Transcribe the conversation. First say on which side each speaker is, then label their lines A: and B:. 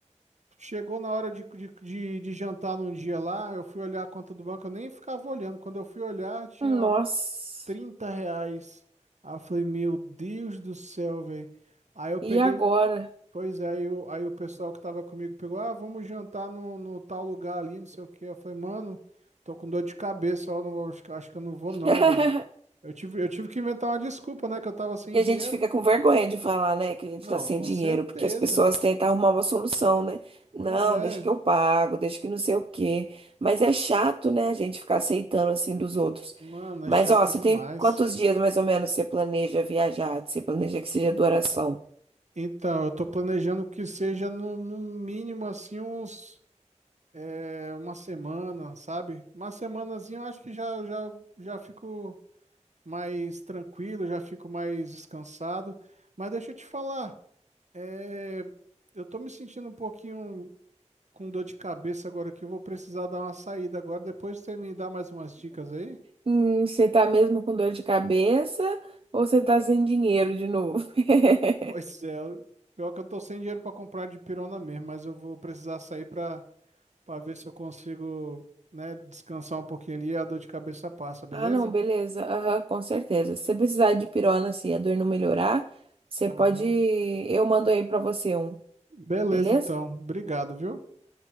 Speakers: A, on the right (about 70°); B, on the right (about 50°).
A: Chegou na hora de, de, de, de jantar num dia lá, eu fui olhar a conta do banco, eu nem ficava olhando. Quando eu fui olhar, tinha
B: Nossa,
A: 30 reais. Aí eu falei, meu Deus do céu, velho. Aí eu
B: e
A: peguei,
B: agora?
A: Pois é, aí o, aí o pessoal que tava comigo pegou, ah, vamos jantar no, no tal lugar ali, não sei o quê. Eu falei, mano, tô com dor de cabeça, ó, não, acho, que acho que eu não vou
B: <laughs>
A: não, velho. Eu tive, eu tive que inventar uma desculpa, né, que eu tava sem
B: E a
A: dinheiro.
B: gente fica com vergonha de falar, né, que a gente
A: Não,
B: tá sem
A: com
B: dinheiro,
A: certeza.
B: porque as pessoas tentam arrumar uma solução, né? Não,
A: Pois é,
B: deixa que eu pago, deixa que não sei o quê. Mas é chato, né, a gente ficar aceitando assim dos outros.
A: mano,
B: Mas,
A: é chato
B: ó, você
A: demais.
B: tem quantos dias mais ou menos você planeja viajar? Você planeja que seja duração?
A: Então, eu tô planejando que seja no, no mínimo, assim, uns, é, uma semana, sabe? Uma semanazinha eu acho que já, já, já fico mais tranquilo, já fico mais descansado. Mas deixa eu te falar, é, eu tô me sentindo um pouquinho com dor de cabeça agora que eu vou precisar dar uma saída agora. Depois você me dá mais umas dicas aí? <laughs>
B: Hum, você tá mesmo com dor de cabeça ou você tá sem dinheiro de novo? <laughs>
A: Pois é, eu- pior que eu tô sem dinheiro para comprar de pirona mesmo, mas eu vou precisar sair para para ver se eu consigo, né, descansar um pouquinho ali e a dor de cabeça passa, beleza?
B: Ah, não, beleza. Aham, com certeza. Se você precisar de pirona, assim, a dor não melhorar, você pode.
A: Aham.
B: Eu mando aí pra você um,
A: Beleza,
B: beleza?
A: então. Obrigado, viu?